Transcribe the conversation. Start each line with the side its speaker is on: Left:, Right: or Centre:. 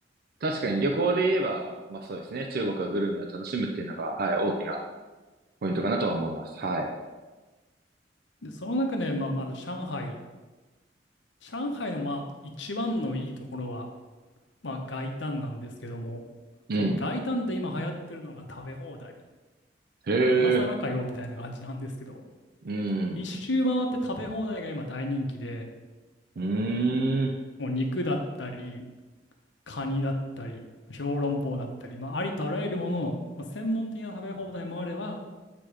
Right: 確かに旅行で言えば、まあそうですね、中国はグルメを楽しむっていうのが、はい、大きなポイントかなとは思います。はい。
Left: で、その中で、まあ、まず上海。上海のまあ一番のいいところは、まあ、外灘なんですけども、
Right: うん。
Left: その外灘で今流行ってるのが食べ放題。
Right: へえ、
Left: 今更かよみたいな感じなんですけど、
Right: うん。
Left: 一周回って食べ放題が今大人気で、
Right: うーん。
Left: もう肉だったり、カニだったり、小籠包だったり、まあ、ありとあらゆるものの、まあ、専門的な食べ放題もあれば、